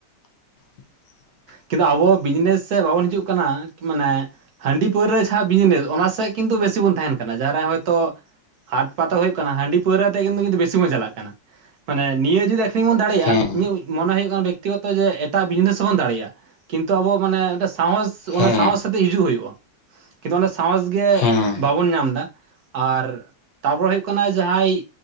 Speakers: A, on the left (about 70°); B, on the right (about 65°).
A: <inaudible>
B: ᱠᱤᱱᱛᱩ ᱟᱵᱚ ᱵᱤᱡᱽᱱᱮᱥ ᱥᱮᱫ ᱵᱟᱵᱚᱱ ᱦᱤᱡᱩᱜ ᱠᱟᱱᱟ ᱢᱟᱱᱮ ᱦᱟᱺᱰᱤ ᱯᱟᱹᱣᱨᱟᱹ ᱡᱟᱦᱟᱸ ᱵᱤᱡᱽᱱᱮᱥ ᱚᱱᱟ ᱥᱮᱜ ᱠᱤᱱᱛᱩ ᱵᱮᱥᱤ ᱵᱚᱱ ᱛᱟᱦᱮᱸᱱ ᱠᱟᱱᱟ ᱡᱟᱦᱟᱸᱨᱮ ᱦᱚᱭᱛᱳ ᱦᱟᱴ ᱯᱟᱛᱟ ᱦᱳᱭᱳᱜ ᱠᱟᱱᱟ ᱦᱟᱺᱰᱤ ᱯᱟᱹᱣᱨᱟᱹ ᱟᱛᱮᱜ ᱠᱤᱱᱛᱩ ᱵᱮᱥᱤ ᱵᱚᱱ ᱪᱟᱞᱟᱜ ᱠᱟᱱᱟ ᱢᱟᱱᱮ ᱱᱤᱭᱟᱹ ᱡᱩᱫᱤ ᱟᱠᱷᱠᱷᱨᱤᱧ ᱵᱚᱱ ᱫᱟᱲᱮᱭᱟᱜᱼᱟ
A: ᱦᱮᱸ
B: ᱤᱧᱟᱹᱜ ᱢᱚᱱᱮ ᱦᱩᱭᱩᱜ ᱠᱟᱱᱟ ᱵᱮᱠᱛᱤ ᱜᱚᱛᱚ ᱡᱮ ᱮᱴᱟᱜ ᱵᱤᱡᱽᱱᱮᱥ ᱦᱚᱸᱵᱚᱱ ᱫᱟᱲᱮᱭᱟᱜᱼᱟ ᱠᱤᱱᱛᱩ ᱟᱵᱚ ᱢᱟᱱᱮ ᱢᱤᱫᱴᱟᱝ ᱥᱟᱸᱦᱚᱥ
A: ᱦᱮᱸ
B: ᱚᱱᱟ ᱥᱟᱸᱦᱚᱥ ᱟᱛᱮᱜ ᱦᱤᱡᱩᱜ ᱦᱩᱭᱩᱜᱼᱟ ᱠᱤᱱᱛᱩ ᱚᱱᱟ ᱥᱟᱸᱦᱚᱥ ᱜᱮ
A: ᱦᱮᱸ
B: ᱵᱟᱵᱚᱱ ᱧᱟᱢ ᱫᱟ ᱟᱨ ᱛᱟᱯᱚᱨᱮ ᱦᱩᱭᱩᱜ ᱠᱟᱱᱟ ᱡᱟᱦᱟᱸᱭ